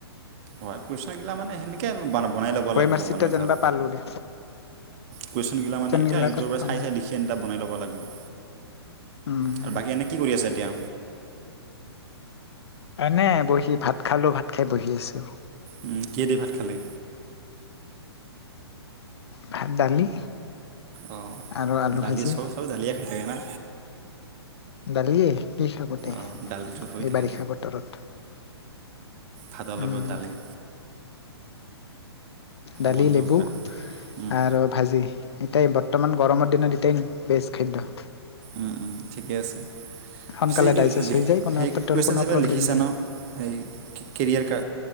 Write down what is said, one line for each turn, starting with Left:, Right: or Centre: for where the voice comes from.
Right: হয় কুৱেশ্যন মানে সেনেকে বনাই ল'ব
Left: অ
Right: লাগবো
Left: এম আৰ চিটটা
Right: মানে
Left: যেনিবা
Right: ধৰ
Left: পালো দে
Right: কুৱেশ্যন গিলাক মানে এতিয়া
Left: গিলা
Right: ইউটিউবত
Left: ক'ত পাম
Right: চাই চাই লিখি বনাই ল'ব লাগে
Left: উম।
Right: আৰু বাকী এনে কি কৰি আছা এতিয়া।
Left: এনে বহি ভাত খালো, ভাত খাই বহি আছো।
Right: উ কিহে দি ভাত খালি?
Left: ভাত, দালি।
Right: অ'
Left: আৰু আলু
Right: দালি
Left: ভাজি।
Right: চব-চব দালিয়ে খাই থাকে না।
Left: দালিয়ে কি খাব দে
Right: অ দালিটো হৈ
Left: এই
Right: থাকে,
Left: বাৰিষা বতৰত।
Right: ভাতৰ
Left: উম,
Right: লগত দালি
Left: দালি,
Right: বন্ধু
Left: লেবু
Right: পুৰা উম
Left: আৰু ভাজি এতাই বৰ্তমান গৰমৰ দিনত এতাই বেছ খাদ্য।
Right: উম-উম ঠিকে আছে।
Left: সোনকালে
Right: পিছে এইটো
Left: ডাইজেষ্ট হৈ যায় কোনো
Right: সেই
Left: পেটৰ
Right: কুৱেশ্যন
Left: কোনো
Right: যিবাক
Left: প্ৰব্লেম
Right: লিখিছা
Left: নাই
Right: ন সেই কেৰিয়াৰ কা